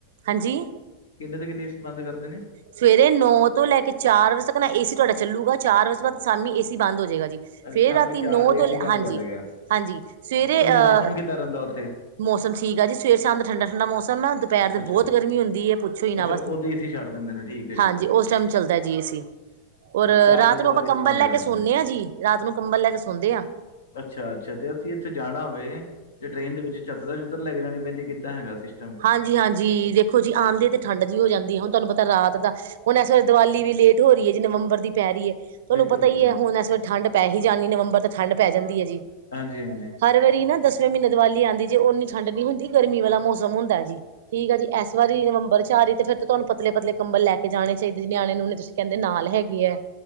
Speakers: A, on the right (about 55°); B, on the left (about 65°).
A: ਹਾਂਜੀ
B: <inaudible> ਕਿੰਨੇ ਦੇ ਕਿੰਨੇ ਏ ਸੀ ਬੰਦ ਕਰਦੇ ਨੇ
A: ਸਵੇਰੇ ਨੌ ਤੋਂ ਲੈ ਕੇ ਚਾਰ ਵਜੇ ਤੱਕ ਨਾ ਏ ਸੀ ਤੁਹਾਡਾ ਚੱਲੂਗਾ ਚਾਰ ਵਜੇ ਤੋ ਬਾਅਦ ਸ਼ਾਮੀ ਏ ਸੀ ਬੰਦ ਹੋ ਜਾਏਗਾ ਜੀ।
B: ਅੱਛਾ
A: ਫਿਰ
B: ਸ਼ਾਮੀ
A: ਰਾਤੀ
B: ਚਾਰ
A: ਨੌ
B: ਏਸੀ
A: ਤੋਂ
B: ਬੰਦ
A: ਹਾਂਜੀ
B: ਕਰ ਦੇਗਾ
A: -ਹਾਂਜੀ ਸਵੇਰੇ
B: ਠੀਕ ਉਦੋਂ
A: ਅਹ
B: ਮੌਸਮ ਕਿੱਦਾਂ ਰਹਿੰਦਾ ਉੱਥੇ
A: ਮੌਸਮ ਠੀਕ ਆ ਜੀ ਸਵੇਰ, ਸ਼ਾਮ ਦਾ ਠੰਡਾ- ਠੰਡਾ ਮੌਸਮ ਆ ਦੁਪਹਿਰ ਦੇ
B: ਅੱਛਾ
A: ਬਹੁਤ ਗਰਮੀ ਹੁੰਦੀ ਏ ਪੁੱਛੋ ਹੀ ਨਾ
B: ਅੱਛਾ
A: ਬਸ
B: ਉਹਦੇ ਏਸੀ ਛੱਡ ਦਿੰਦੇ ਨੇ ਠੀਕ ਹੈ ਜੀ
A: ਹਾਂਜੀ
B: ਠੀਕ ਹੈ
A: ਉਸ ਟਾਈਮ ਚੱਲਦਾ ਜੀ ਏ ਸੀ। ਔਰ
B: ਚਾਰ
A: ਰਾਤ
B: ਵਜੇ
A: ਨੂੰ
B: ਤੋਂ ਬਾਅਦ
A: ਆਪਾਂ
B: ਏਸੀ
A: ਕੰਬਲ
B: ਬੰਦ
A: ਲੈ
B: ਕਰ
A: ਕੇ ਸਾਉਨੇ
B: ਦਿੰਦੇ
A: ਆ ਜੀ ਰਾਤ ਨੂੰ ਕੰਬਲ ਲੈ ਕੇ ਸੌਦੇ ਆ।
B: ਅੱਛਾ-ਅੱਛਾ ਤੇ ਅਸੀਂ ਉੱਥੇ ਜਾਣਾ ਹੋਵੇ ਤੇ ਟਰੇੇਨ ਦੇ ਵਿੱਚ ਚੱਦਰਾ-ਚੂਧਰ ਲੈ ਕੇ ਜਾਣੀ ਪੈਂਦੀ ਕਿੱਦਾਂ ਹੈਗਾ ਸਿਸਟਮ
A: ਹਾਂਜੀ-ਹਾਂਜੀ ਦੇਖੋ ਜੀ, ਆਂਦੇ ਤੇ ਠੰਡ ਜੇਹੀ ਹੋ ਜਾਂਦੀ ਆ ਹੁਣ ਤੁਹਾਨੂੰ ਪਤਾ ਰਾਤ ਦਾ ਹੁਣ ਐਸ ਵੇਲੇ ਦੀਵਾਲੀ ਵੀ ਲੇਟ ਹੋ ਰਹੀ ਹੈ ਜੀ ਨਵੰਬਰ ਦੀ ਪੈ ਰਹੀ ਐ। ਤੁਹਾਨੂੰ
B: ਬਿਲਕੁਲ
A: ਪਤਾ
B: ਬਿਲਕੁਲ
A: ਹੀ ਹੈ ਹੁਣ ਇਸ ਵੇਲੇ ਠੰਡ ਪੈ ਹੀ ਜਾਣੀਏ ਨਵੰਬਰ ਤੋਂ ਠੰਡ ਪੈ ਜਾਂਦੀ ਐ ਜੀ।
B: ਹਾਂਜੀ-ਹਾਂਜੀ।
A: ਹਰ ਵਾਰੀ ਨਾ ਦਸਵੇਂ ਮਹੀਨੇ ਦੀਵਾਲੀ ਆਉਦੀ ਜੇ ਓਨੀ ਠੰਡ ਨਹੀਂ ਹੁੰਦੀ ਗਰਮੀ ਵਾਲਾ ਮੌਸਮ ਹੁੰਦਾ ਜੀ। ਠੀਕ ਆ ਜੀ, ਇਸ ਵਾਰੀ ਨਵੰਬਰ ਚ ਆ ਰਹੀ ਤੇ ਫਿਰ ਤਾਂ ਤੁਹਾਨੂੰ ਪਤਲੇ-ਪਤਲੇ ਕੰਬਲ ਲੈ ਕੇ ਜਾਣੇ ਚਾਹੀਦੇ ਨੇ ਨਿਆਣੇ -ਨੀਓਨੇ ਤੁਸੀਂ ਕਹਿੰਦੇ ਨਾਲ ਹੈਗੇ ਐ,